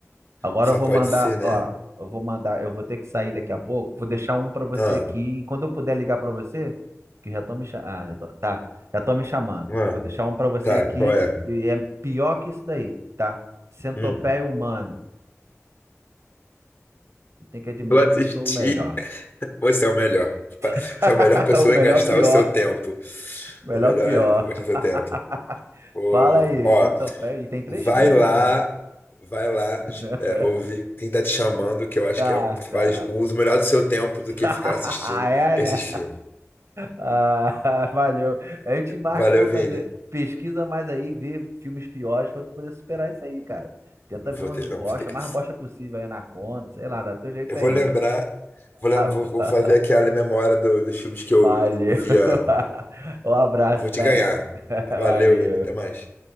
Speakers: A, on the right; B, on the left.
A: Agora
B: Só
A: eu vou
B: pode
A: mandar,
B: ser, né?
A: ó, eu vou mandar, eu vou ter que sair daqui a pouco. Vou deixar um pra você
B: Ah,
A: aqui e quando eu puder ligar pra você, que já tô me chamando, ah, já tô, tá, já tô me chamando.
B: ah,
A: Eu vou deixar um pra você
B: tá,
A: aqui
B: qual é?
A: e é pior que isso daí, tá? Centopeia
B: Hum.
A: humana. Tu tem que admitir
B: Eu assisti.
A: que eu sou o melhor.
B: Você é o melhor.
A: <laughs>
B: Você é a melhor pessoa
A: O melhor
B: em gastar
A: pior,
B: o seu tempo.
A: o melhor
B: O melhor
A: pior.
B: é gastar
A: <laughs>
B: o seu tempo. Ô,
A: Fala aí,
B: ó,
A: Centopeia. E tem três
B: vai
A: filmes
B: lá,
A: também.
B: vai lá,
A: <laughs>
B: é, ouvir quem tá te chamando, que eu acho
A: Tá,
B: que é, o-
A: tá.
B: faz um uso melhor do seu tempo
A: <laughs>
B: do que ficar assistindo
A: É,
B: esses
A: né?
B: filmes.
A: Ah, <laughs> valeu. A gente marca
B: Valeu,
A: pra fazer.
B: Vini.
A: Pesquisa mais aí, vê filmes piores pra tu poder superar isso aí, cara. Tenta
B: Vou
A: ver uns
B: ter,
A: bosta,
B: não, vou ter que.
A: mais bosta possível aí na conta, sei lá, dá teu jeito
B: Eu vou
A: aí.
B: lembrar, vou, lem- vou
A: <laughs>
B: vou fazer aquela memória do- dos filmes que eu
A: Valeu.
B: via.
A: <laughs> Um abraço,
B: Eu vou te
A: Félix.
B: ganhar.
A: <laughs> Valeu.
B: Valeu, Vini. Até mais.